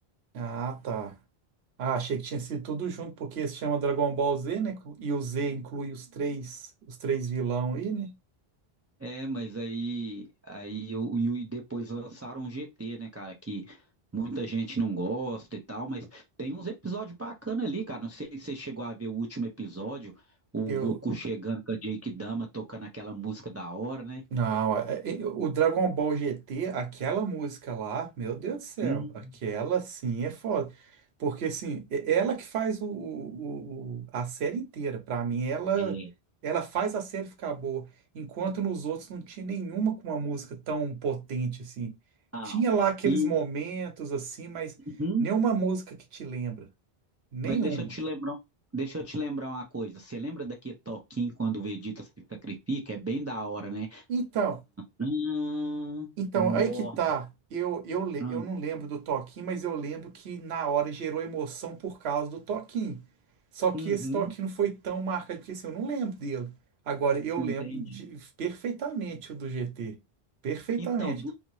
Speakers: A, on the right (about 80°); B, on the right (about 25°).
A: Ah, tá. Ah, achei que tinha sido tudo junto, porque se chama Dragon Ball Z, né? E o Z inclui os três, os três vilão aí, né?
B: É, mas aí, aí eu, e depois lançaram o GT, né, cara, que muita gente não gosta e tal, mas tem uns episódios bacanas ali, cara. Não sei se você chegou a ver o último episódio, o
A: Eu,
B: Goku chegando com a Jake Dama tocando aquela música da hora, né?
A: Não, é- é- o Dragon Ball GT, aquela música lá, meu Deus do céu,
B: Hum.
A: aquela sim é foda. Porque assim, é ela que faz o, o- o- a série inteira. Pra mim, ela
B: É,
A: ela faz a série ficar boa. Enquanto nos outros não tinha nenhuma com uma música tão potente assim.
B: Não.
A: Tinha lá aqueles
B: E,
A: momentos assim, mas
B: uhum,
A: nenhuma música que te lembra. Nenhuma.
B: mas deixa eu te lembrar, um, deixa eu te lembrar uma coisa. Você lembra daquele toquinho quando o Vegeta se sacrifica? É bem da hora, né?
A: Então.
B: Tanã,
A: Então,
B: nó.
A: aí que tá. Eu, eu, le-
B: hum,
A: eu não lembro do toquinho, mas eu lembro que na hora gerou emoção por causa do toquinho. Só que
B: Uhum,
A: esse toquinho não foi tão marcante, porque assim, eu não lembro dele. Agora, eu
B: entendi.
A: lembro de, perfeitamente o do GT. Perfeitamente.
B: Então, do,